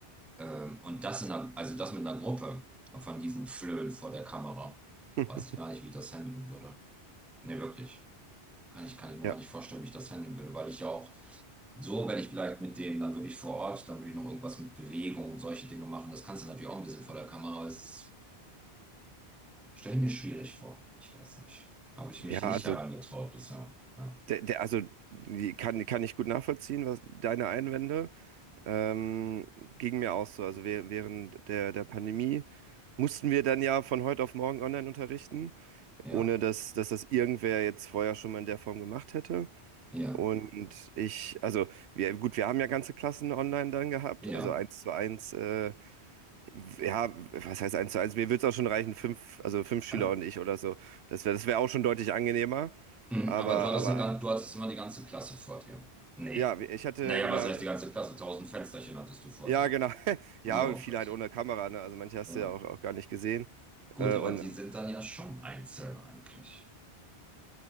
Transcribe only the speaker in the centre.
Ähm, und das in einer, also das mit einer Gruppe von diesen Flöhen vor der Kamera.
Weiß ich gar nicht, wie ich das handeln würde. Nee, wirklich. Kann ich, kann ich mir
gar nicht vorstellen, wie ich das handeln würde, weil ich ja auch so, wenn ich vielleicht mit denen dann wirklich vor Ort, dann würde ich noch irgendwas mit Bewegung und solche Dinge machen. Das kannst du natürlich auch ein bisschen vor der Kamera, aber es ist Stelle ich mir schwierig vor. Ich weiß nicht. Habe ich
mich nicht
herangetraut bisher. Ja,
ja,
ja.
ja.
Äh,
hm,
Aber du hattest,
eine, gan- du hattest immer die ganze Klasse vor dir. Nee.
Naja,
was heißt die ganze Klasse? Tausend Fensterchen hattest du vor
dir.
Oh
Gott.
Ja.
Gut,
aber
die sind dann ja schon einzeln eigentlich.